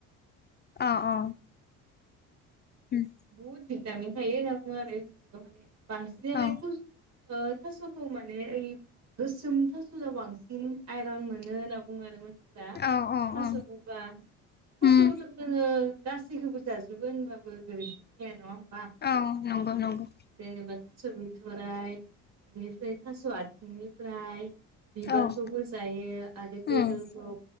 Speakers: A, on the left; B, on the right.
A: अ अ
B: <inaudible>
A: उम
B: भिटामिन थायो होनना बुङो आरो बे माने बांसिनानो
A: औ
B: थास'खौ माने ओइ गोसोमथासुलाव बांसिन आइरन मोनो होनना बुङो आरो मा दा
A: औ औ औ
B: थ'खौबा थ'खौथ'
A: उम
B: जोङो गासैखौबो जाजोबो होनबाबो गोरोन्थि गैया नङा
A: औ नंगौ नंगौ
B: जेनेबा थास' बिथ'राइ बेनिफ्राय थास' आथिंनिफ्राय बिबारखौबो
A: औ
B: जायो आरो बेदरखौ
A: उम